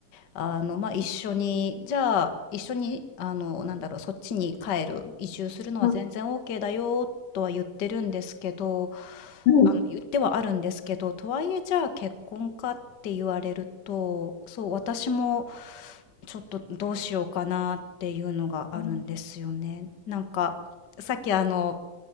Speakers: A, on the left; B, on the left.
A: あの、まあ、一緒に、じゃあ、一緒に、あの、なんだろう、そっちに帰る、移住するのは全然
B: ん
A: OK だよ、とは言ってるんですけど、
B: うん
A: あの、言ってはあるんですけど、とはいえ、じゃあ結婚かって言われると、そう、私も、ちょっとどうしようかなっていうのがあるんですよね。
B: うん
A: なんか、さっきあの、